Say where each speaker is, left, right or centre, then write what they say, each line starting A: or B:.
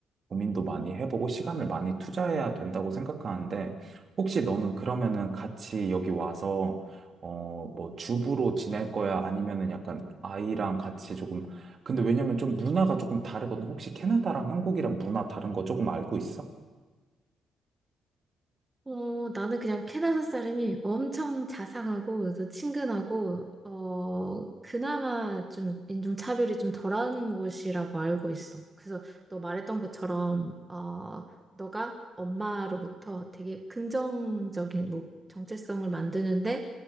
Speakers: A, on the right; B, on the right.
A: 고민도 많이 해보고 시간을 많이 투자해야 된다고 생각하는데 혹시 너는 그러면은 같이 여기 와서 어, 뭐 주부로 지낼 거야? 아니면은 약간 아이랑 같이 조금 근데 왜냐면 좀 문화가 조금 다르거든. 혹시 캐나다랑 한국이랑 문화 다른 거 조금 알고 있어?
B: 어, 나는 그냥 캐나다 사람이 엄청 자상하고, 그래서 친근하고, 어, 그나마 좀 인종차별이 좀 덜한 곳이라고 알고 있어. 그래서 너 말했던 것처럼, 어, 너가 엄마로부터 되게 긍정적인, 뭐, 정체성을 만드는데